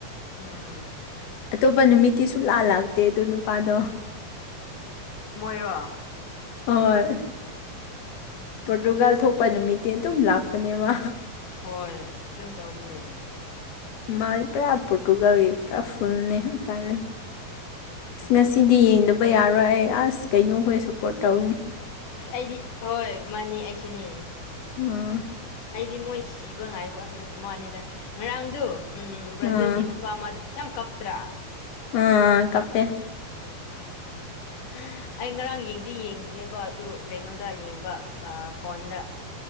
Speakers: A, on the left; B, on the left.
A: ꯎꯝ
B: ꯑꯇꯣꯞꯄ ꯅꯨꯃꯤꯠꯇꯤ ꯁꯨꯡꯂꯥ ꯂꯥꯛꯇꯦ ꯑꯗꯨ ꯅꯨꯄꯥꯗꯣ꯫
A: ꯃꯣꯏꯔꯣ
B: ꯍꯣꯏ
A: <inaudible>
B: ꯄꯣꯔꯇꯨꯒꯥꯜ ꯊꯣꯛꯄ ꯅꯨꯃꯤꯠꯇꯤ ꯑꯗꯨꯝ ꯂꯥꯛꯄꯅꯦꯕ꯫
A: ꯍꯣꯏ ꯑꯗꯨꯝ ꯇꯧꯕꯅꯦ꯫
B: ꯃꯥꯏ ꯄꯨꯔꯥ ꯄꯣꯔꯇꯨꯒꯜꯒꯤ ꯄꯨꯔꯥ ꯐꯨꯜꯅꯦ ꯎꯄꯥꯏ ꯂꯩ ꯑꯁ ꯉꯁꯤꯗꯤ ꯌꯦꯡꯗꯕ ꯌꯥꯔꯣꯏ ꯑꯩ ꯑꯁ ꯀꯩꯅꯣꯈꯣꯏ ꯁꯞꯄꯣꯔꯠ ꯇꯧꯒꯅꯤ
A: ꯑꯁ ꯑꯩꯗꯤ ꯍꯣꯏ ꯃꯥꯟꯅꯦ ꯑꯩꯁꯨꯅꯦ
B: ꯎꯝ
A: ꯑꯩꯗꯤ ꯃꯣꯏ ꯁꯤꯕ ꯉꯥꯏꯕꯅꯦ ꯃꯥꯅꯤꯗ ꯉꯔꯥꯡꯗꯨ ꯎꯝ ꯕ꯭ꯔꯥꯖꯤꯜꯒꯤ
B: ꯑꯥ
A: ꯅꯨꯄꯥ ꯑꯃꯗꯨ ꯌꯥꯝ ꯀꯞꯇ꯭ꯔꯥ
B: ꯑꯥ ꯀꯞꯄꯦ
A: <inaudible> ꯑꯩ ꯉꯔꯥꯡ ꯌꯦꯡꯗꯤ ꯌꯦꯡꯗ꯭ꯔꯦꯕ ꯑꯗꯨ ꯀꯩꯅꯣꯗ ꯌꯦꯡꯕ ꯑ ꯐꯣꯟꯗ